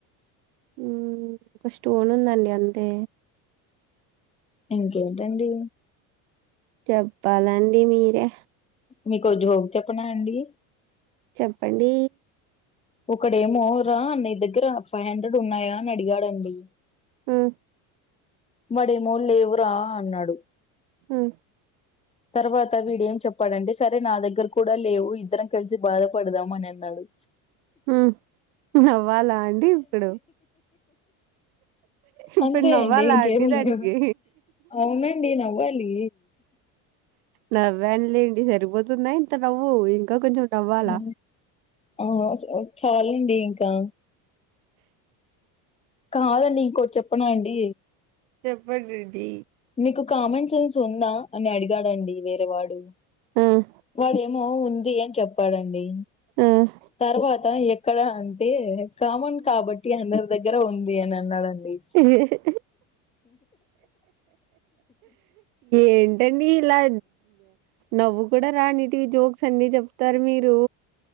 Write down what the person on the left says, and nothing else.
ఇంకేంటండి
మీకో జోక్ చెప్పనా అండి
ఒకడేమో రా నీ దగ్గర ఫైవ్ హండ్రెడ్ ఉన్నాయా అని అడిగాడండి
వాడేమో లేవురా అన్నాడు
తర్వాత వీడేం చెప్పాడంటే సరే నా దగ్గర కూడా లేవు ఇద్దరం కలిసి బాధపడదాం అని అన్నాడు
అంతే
అండి ఇంకేమీ
లేదు అవునండి నవ్వాలీ
ఆ ఆ స చాలండి ఇంకా కాదండి ఇంకోటి చెప్పనా అండి
మీకు కామన్ సెన్స్ ఉందా అని అడిగాడండి వేరే వాడు
వాడేమో ఉంది అని చెప్పాడండి
తర్వాత ఎక్కడ అంటే కామన్ కాబ ట్టి అందరి దగ్గర ఉంది అని అన్నాడండి